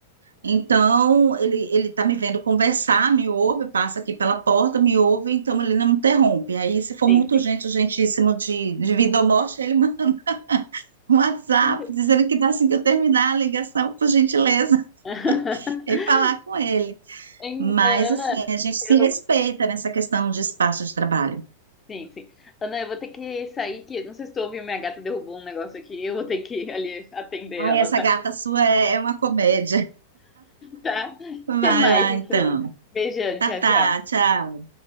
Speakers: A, on the right (about 85°); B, on the left (about 20°).
A: Então, ele ele está me vendo conversar, me ouve, passa aqui pela porta, me ouve, então ele não me interrompe. Aí, se for
B: Sim,
A: muito
B: sim.
A: urgente, urgentíssimo de, de vida ou morte, ele manda <laughs> um WhatsApp
B: Ente-
A: dizendo que tá assim que eu terminar a ligação, por gentileza,
B: <laughs>
A: <laughs> e falar com ele.
B: Em-
A: Mas,
B: Ana,
A: assim, a gente se
B: eu,
A: respeita nessa questão de espaço de trabalho.
B: Sim, sim. Ana, eu vou ter que sair, que não sei se tu ouviu, minha gata derrubou um negócio aqui. Eu vou ter que ir ali atender
A: Ai,
B: ela,
A: essa
B: tá?
A: gata sua é, é uma comédia.
B: Tá?
A: Vai
B: Até mais,
A: lá,
B: então.
A: então.
B: Beijão,
A: Tá,
B: tchau,
A: tá,
B: tchau.
A: tchau.